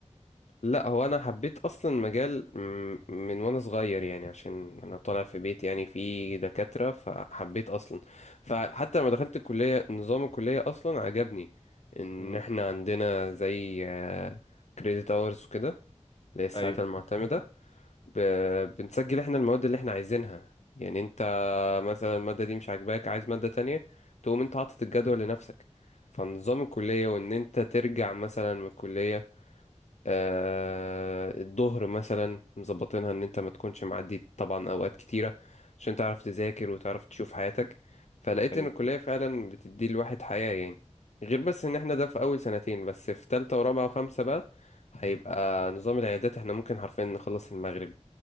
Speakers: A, on the left; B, on the left.
A: لا هو انا حبيت اصلا مجال م- من وانا صغير يعني عشان انا طالع في بيت يعني فيه دكاترة فحبيت اصلا فحتى لما دخلت الكلية نظام الكلية اصلا عجبني ان
B: امم
A: احنا عندنا زي كريديت اورز وكده اللي هي الساعات
B: ايوه
A: المعتمدة ب- بنسجل احنا المواد اللي احنا عايزينها يعني انت مثلا المادة دي مش عاجباك عايز مادة تانية تقوم انت حاطط الجدول لنفسك فنظام الكلية وان انت ترجع مثلا من الكلية آه، الظهر مثلا مظبطينها ان انت ما تكونش معدي طبعا اوقات كتيره عشان تعرف تذاكر وتعرف تشوف حياتك فلقيت
B: ايوه
A: ان الكليه فعلا بتدي الواحد حياه يعني غير بس ان احنا ده في اول سنتين بس في تالتة ورابعة وخمسة بقى هيبقى نظام العيادات احنا ممكن حرفيا نخلص المغرب